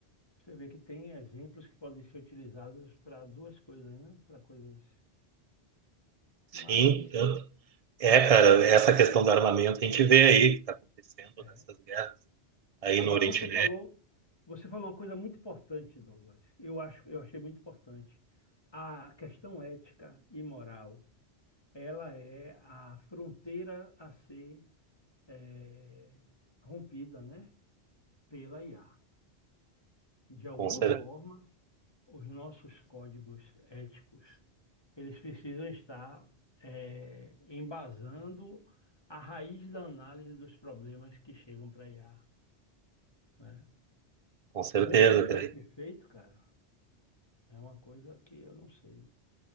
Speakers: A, on the left; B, on the right.
A: Você vê que tem exemplos que podem ser utilizados para duas coisas, né? Para coisas
B: sim,
A: mais.
B: É, cara, essa questão do armamento a gente vê aí que está acontecendo
A: é.
B: nessas guerras aí
A: Agora
B: no Oriente
A: você
B: Médio,
A: falou, você falou uma coisa muito importante, Douglas. Eu acho, eu achei muito importante. A questão ética e moral, ela é a fronteira a ser é, rompida, né? Pela IA. De alguma
B: com, cer
A: forma, os nossos códigos éticos, eles precisam estar eh, embasando a raiz da análise dos problemas que chegam para IA, né?
B: com certeza.
A: Como isso
B: cara.
A: vai ser feito, cara, é uma coisa que eu não sei,